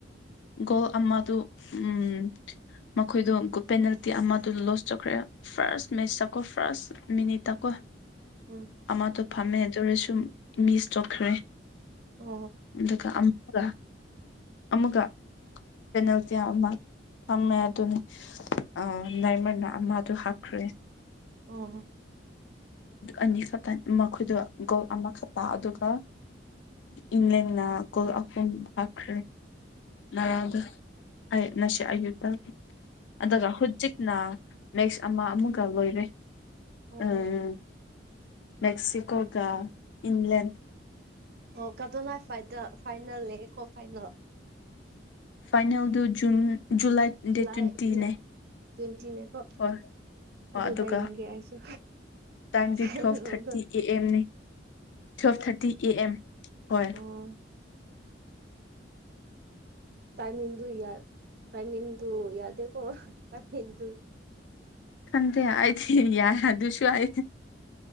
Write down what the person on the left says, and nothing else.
ꯒꯣꯂ ꯑꯃ ꯗꯨ ꯎꯝ ꯃꯈꯣꯏꯗꯣ ꯄꯦꯅꯥꯜꯇꯤ ꯑꯃꯗ ꯂꯣꯁ ꯇꯧꯈ꯭ꯔꯦ ꯐꯥꯔꯁ ꯃꯦꯁ ꯇꯀꯣ ꯐꯥꯔꯁ ꯃꯤꯅꯤꯠ ꯇꯀꯣ
ꯑꯃꯇꯣ ꯐꯝꯃꯦ ꯑꯗꯨꯣꯔꯦꯁꯨꯨꯝ ꯃꯤꯁ ꯇꯧꯈ꯭ꯔꯦ
ꯑꯗꯨꯗ ꯑꯃꯒꯥ ꯑꯃꯒꯥ ꯀꯔꯤꯅꯣ ꯇꯤꯌ ꯑꯃꯥ ꯑꯃꯃ ꯑꯗꯨꯅꯤ ꯑ ꯅꯥꯏꯃꯅ ꯑꯃꯗꯨ ꯍꯥꯞꯈ꯭ꯔꯦ
ꯑꯅꯤꯈꯛꯇ ꯃꯈꯣꯏꯗ ꯒꯣꯜ ꯑꯃꯈꯛꯇ ꯑꯗꯨꯒ ꯏꯪꯂ꯭ꯂꯗꯅ ꯀꯨꯜ ꯑꯍꯨꯝ ꯍꯥꯞꯈ꯭ꯔꯦꯔꯥꯡꯗ ꯉ ꯑꯌꯨꯛ ꯑꯗꯨꯒ ꯍꯧꯨꯖꯤꯛꯅ ꯃꯦꯛꯁ ꯑꯃ ꯑꯃꯒ ꯂꯣꯏꯔꯦ
ꯎꯝ ꯃꯦꯦꯛꯁꯤꯀꯣꯒ ꯏꯪꯂꯂꯗ
ꯐꯥꯏꯅꯦꯜꯗꯨ ꯖꯨꯟ ꯖꯨꯂꯥꯏ ꯗꯦꯠ
ꯇ꯭ꯋꯦꯟꯇꯤꯅꯦ
ꯍꯣꯏ ꯍꯣꯏ
ꯑꯗꯨꯒ
ꯇꯥꯏꯝꯗꯤ
ꯇꯨꯋꯜꯐ ꯊꯥꯔꯇꯤ ꯑꯦ ꯑꯦꯝꯅꯤ ꯇꯨꯋꯦꯜꯐ ꯊꯥꯔꯇꯤ ꯑꯦ ꯑꯦꯝ ꯍꯣꯏ
ꯈꯟꯗꯦ ꯍꯥꯏꯥꯏ ꯊ ꯌꯥꯏ ꯑꯗꯨ ꯑꯗꯨꯁꯨꯨ ꯍꯥꯏ